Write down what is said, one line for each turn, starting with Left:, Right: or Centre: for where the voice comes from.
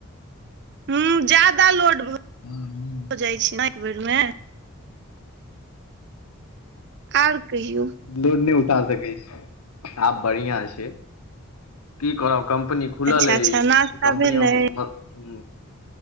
Right: हुं जादा लोड भ
Left: हुं।
Right: हो जाइ छै न एक बेर मे। आर कहियौ।
Left: लोड नहि उठा सकै छै, हँ बढ़िया छै। की कहब कम्पनी खुलल
Right: अच्छा
Left: अछि,
Right: अच्छा नास्ता
Left: कम्पनीमे
Right: भेलै
Left: ओकर हुं